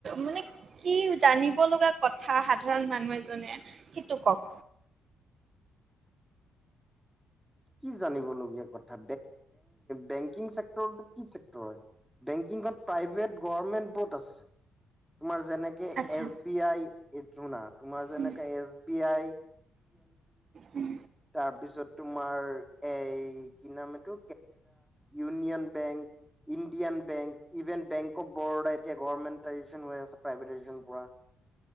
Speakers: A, on the right; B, in the centre.
A: মানে কি জানিব লগা কথা সাধাৰণ মানুহ এজনে সেইটো কওক।
B: কি জানিবলগীয়া কথা বেংকিংক্ কি চেক্ হয় বেংকিঙত প্ৰাইভ গমেন্ বত আছে। তোমাৰ যেনেকে
A: আচ্ছা
B: এছ বি আই শুনা তোমাৰ যেনেকে
A: উম
B: এছ বি আই
A: উম
B: তাৰ পিছত তোমাৰ এ ন কো ই বেং ই বেংক ইভেন বেংক অফ বৰোদাৰ এতিয়া গভৰ্মেণ্টাইজেচন হৈ আছে প্ৰাইভেটাইজেচন পৰা